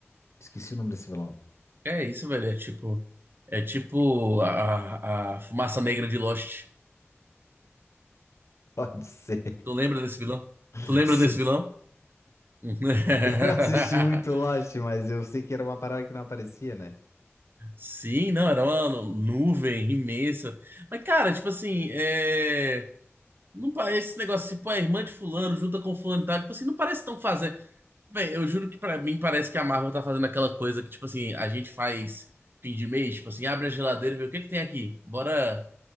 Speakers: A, on the left; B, on the right.
A: Esqueci o nome desse vilão.
B: É isso, velho. É tipo. É tipo a, a a fumaça negra de Lost.
A: Pode ser.
B: Tu lembra desse vilão?
A: <laughs>
B: Tu lembra
A: Sim.
B: desse vilão? <laughs>
A: Eu não assisti muito Lost, mas eu sei que era uma parada que não aparecia, né?
B: Sim, não, era uma nuvem imensa. Mas, cara, tipo assim, é... não parece esse negócio tipo, a irmã de fulano junta com fulano e tal. Tipo assim, não parece tão fazer. Véi, eu juro que pra mim parece que a Marvel tá fazendo aquela coisa que, tipo assim, a gente faz fim de mês, tipo assim, abre a geladeira e vê o que que tem aqui. Bora